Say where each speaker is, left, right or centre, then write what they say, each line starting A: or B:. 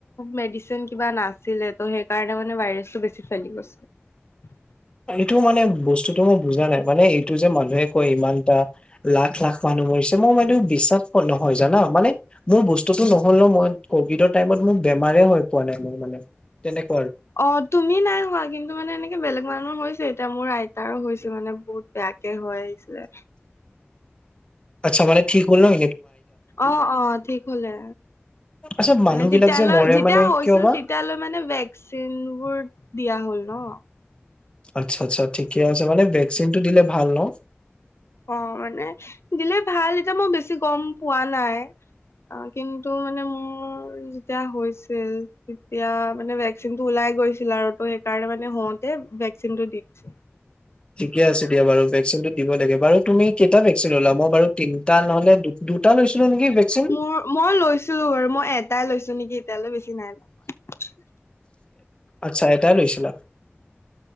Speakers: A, on the left; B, on the left.
A: মেডিচিন কিবা নাছিলে ত সেইকাৰণে মানে ভাইৰাছটো বেছি ফেলি গৈছে
B: এইটো মানে বস্তুতটো মই বুজা নাই মানে এইটো যে মানুহে কয় ইমান এটা লাখ লাখ মানুহ মই বিশ্বাস নহয় জানা মানে মোৰ বস্তুতটো নহ'ল ন মই কভিডৰ টাইমত মোৰ বেমাৰে হৈ পোৱা নাই মোৰ মানে তেনেকে
A: অ তুমি নাই হোৱা কিন্তু মানে এনেকে বেলেগ মানুহৰ হৈছে এতিয়া মোৰ আইতাৰো হৈছে মানে বহুত বেয়াকে হৈ আহিছিলে
B: আচ্ছা মানে ঠিক হল না
A: অ অ ঠিক হলে
B: আচ্ছা
A: মানে
B: মানুহ
A: তেতিয়ালৈ
B: বিলাক যে মৰে
A: যেতিয়া
B: মানে
A: হৈছিল
B: কিয় বা
A: তেতিয়ালৈ মানে ভেকচিনবোৰ দিয়া হ'ল ন
B: আচ্ছা আচ্ছা ঠিকে আছে মানে ভেকচিনটো দিলে ভাল ন
A: অ মানে দিলে ভাল এতিয়া মই বেছি গম পোৱা নাই কিন্তু মানে মোৰ যেতিয়া হৈছিল তেতিয়া মানে ভেকচিনটো ওলাই গৈছিল আৰু ত সেইকাৰণে মানে হওঁতে ভেকচিনটো দি দিছিল
B: ঠিকে আছে দিয়া বাৰু ভেকচিনটো দিব লাগে বাৰু তুমি কেইটা ভেকচিন ললা মই বাৰু তিনিটা নহলে দুটা লৈছিলো নেকি ভেকচিন
A: মোৰ মই লৈছিলো বাৰু মই এটাই লৈছো নেকি এতিয়ালৈ বেছি কি নাই
B: আচ্ছা এটাই লৈছিলা